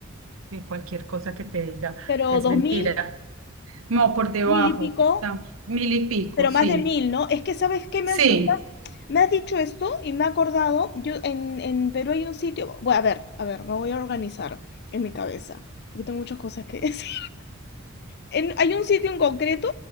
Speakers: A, on the right; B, on the left.
A: que cualquier cosa que te diga
B: pero
A: es
B: dos
A: mentira.
B: mil,
A: No, por debajo,
B: mil y pico,
A: está mil y pico,
B: pero
A: sí.
B: más de mil, ¿no? Es que, ¿sabes qué? Me
A: Sí,
B: has, me has dicho esto y me he acordado, yo en, en Perú hay un sitio, bueno, a ver, a ver, me voy a organizar en mi cabeza, porque tengo muchas cosas que <laughs> decir. en- hay un sitio en concreto